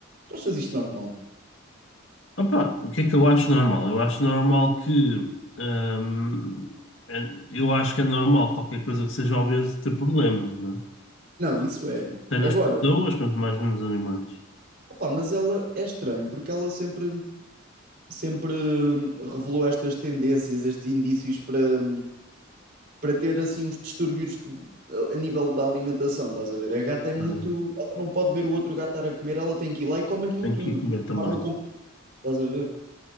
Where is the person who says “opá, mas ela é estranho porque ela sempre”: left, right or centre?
Right